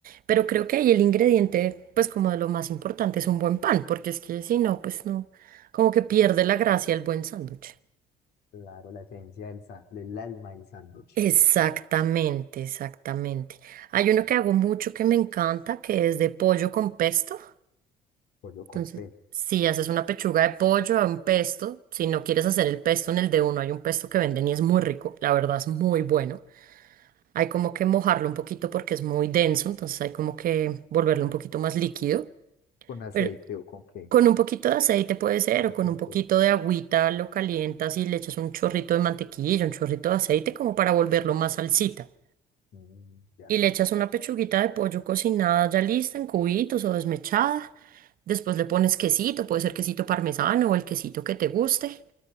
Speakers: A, on the right; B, on the left.
A: pero creo que ahí el ingrediente pues como de lo más importante es un buen pan, porque es que si no, pues no, como que pierde la gracia el buen sándwich.
B: claro, la esencia del, sa- del alma del sándwich.
A: Exactamente, exactamente. Hay uno que hago mucho que me encanta, que es de pollo con pesto.
B: Pollo
A: Entonces,
B: con pez.
A: si haces una pechuga de pollo a un pesto, si no quieres hacer el pesto en el de uno, hay un pesto que venden y es muy rico, la verdad es muy bueno. Hay como que mojarlo un poquito porque es muy denso, entonces hay como que volverlo un poquito más líquido.
B: ¿Con aceite
A: Pero
B: o con qué?
A: con un poquito de aceite puede ser,
B: Un poquito
A: o con
B: de
A: un
B: aceite.
A: poquito de agüita lo calientas y le echas un chorrito de mantequilla, un chorrito de aceite como para volverlo más salsita
B: Mm, ya.
A: y
B: Ah,
A: le echas una pechuguita de pollo cocinada ya lista en cubitos o desmechada. Después le pones quesito, puede ser quesito parmesano o el quesito que te guste.